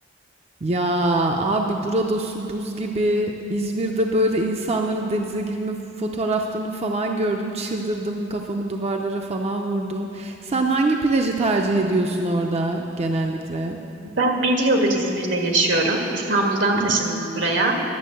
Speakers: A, on the right (about 35°); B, on the right (about 80°).
A: Ya abi burada su buz gibi. İzmir'de böyle insanların denize girme fotoğraflarını falan gördüm. Çıldırdım, kafamı duvarlara falan vurdum. Sen hangi plajı tercih ediyorsun orada genellikle?
B: Ben bir yıldır İzmir'de yaşıyorum. İstanbul'dan taşındım
A: Hı hı.
B: buraya.